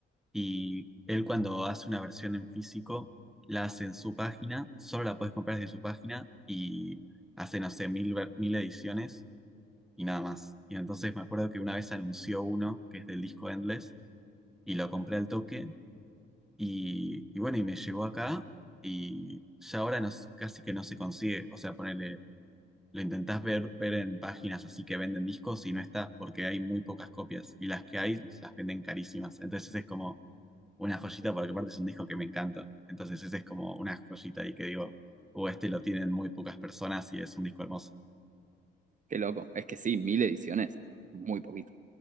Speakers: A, in the centre; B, on the right (about 40°).
A: y él cuando hace una versión en físico, la hace en su página, solo la puedes comprar desde su página, y hace, no sé, mil, ver- mil ediciones y nada más. Y entonces me acuerdo que una vez anunció uno, que es del disco Endless, y lo compré al toque, y, y bueno, y me llegó acá, y ya ahora no, s- casi que no se consigue, o sea, ponerle lo intentás ver, ver en páginas así que venden discos y no está porque hay muy pocas copias y las que hay las venden carísimas. Entonces es como una joyita porque aparte es un disco que me encanta. Entonces ese es como una joyita ahí que digo, o este lo tienen muy pocas personas y es un disco hermoso.
B: Qué loco. Es que sí, mil ediciones. Muy poquito.